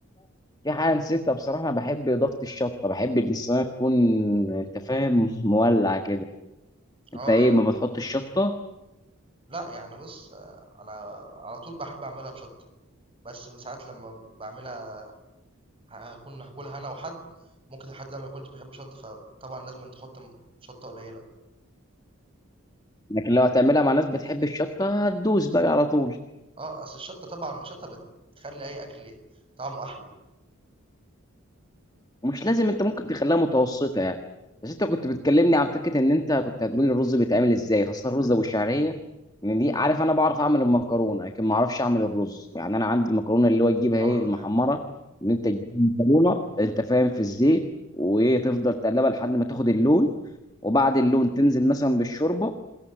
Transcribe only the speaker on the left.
في حاجه نسيتها بصراحه انا بحب اضافه الشطه بحب ان الصينيه تكون انت فاهم <laughs> مولع كده
انت ايه
ما
بتحط الشطه
لكن لو هتعملها مع ناس بتحب الشطه هتدوس بقى على طول
مش لازم انت ممكن تخليها متوسطه يعني بس انت كنت بتكلمني عن فكره ان انت كنت هتقول لي الرز بيتعمل ازاي خاصه الرز ابو الشعريه ان دي عارف انا بعرف اعمل المكرونه لكن ما اعرفش اعمل الرز يعني انا عندي المكرونه اللي هو تجيبها
ايه المحمره
ان انت تجيب المكرونه انت فاهم في الزيت وتفضل تقلبها لحد ما تاخد اللون وبعد اللون تنزل مثلا بالشوربه